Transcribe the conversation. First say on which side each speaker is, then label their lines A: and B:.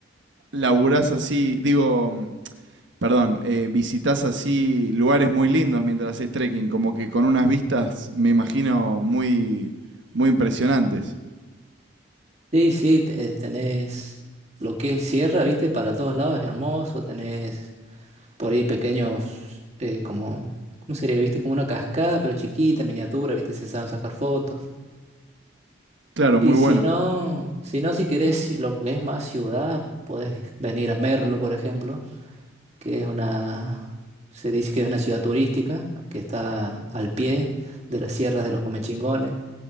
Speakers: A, on the right (about 70°); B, on the right (about 35°).
A: laburás así, digo, mm, perdón, eh, visitás así lugares muy lindos mientras haces trekking, como que con unas vistas, me imagino, muy, muy impresionantes.
B: Sí, sí, te- tenés lo que es sierra, viste, para todos lados es hermoso. Tenés por ahí pequeños, eh, como, ¿cómo sería? Viste, como una cascada, pero chiquita, miniatura, viste, se saben sacar fotos.
A: Claro, muy
B: Y
A: bueno.
B: si no, si no, si querés ci- lo que es más ciudad, podés venir a Merlo, por ejemplo que es una, se dice que es una ciudad turística, que está al pie de las sierras de los Comechingones.